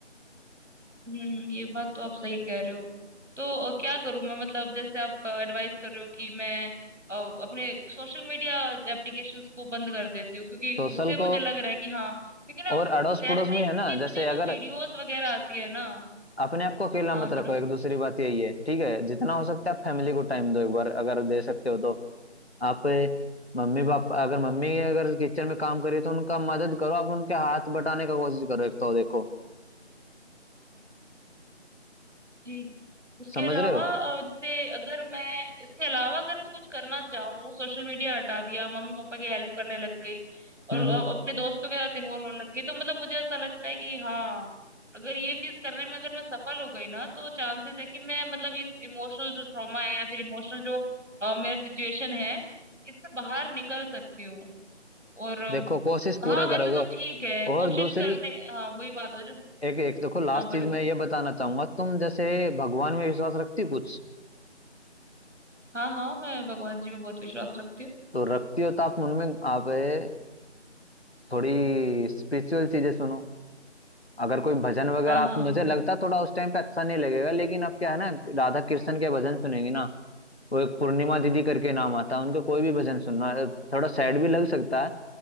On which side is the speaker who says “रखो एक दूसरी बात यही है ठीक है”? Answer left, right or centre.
Left